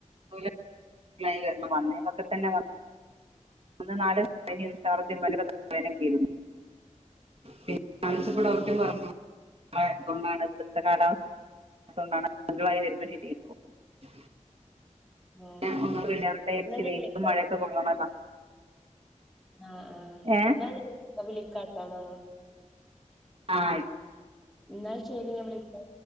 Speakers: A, on the right; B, in the centre.
A: <unintelligible> വന്നി ഒക്കെ തന്നെ വന്ന മൂന്ന് നാല്ല് <unintelligible> കിരുന്ന് പി അന്വേഷിച്ചപ്പോൾ
B: ആ ആ
A: ഓകെ പറഞ്ഞു <unintelligible> ഇവിടുത്തെ കാലാവസ്ഥ പറ്റാത്തതു കൊണ്ടാണ് മിങ്കൾ ആവുമ്പോൾ ശരി ആയിക്കോളും <unintelligible>
B: ഓക്കെ
A: ചില സമയത്ത്
B: ഓക്കെ എന്നാ ഞാൻ
A: വൈലും
B: വിളിക്കാം
A: മഴയും കൊള്ളണാല്ലാ
B: ആ ആ
A: ഏഹ്
B: ഇന്നാ ഞാൻ വിളിക്കാട്ടോ മം
A: ആ ആയി
B: എന്നാ ശരി ഞാ വിളിക്കാ...